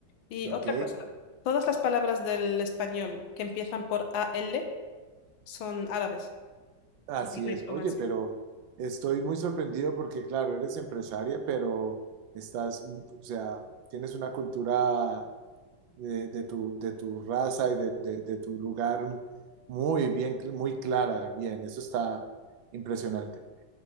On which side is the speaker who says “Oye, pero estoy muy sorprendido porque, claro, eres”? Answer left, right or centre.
Right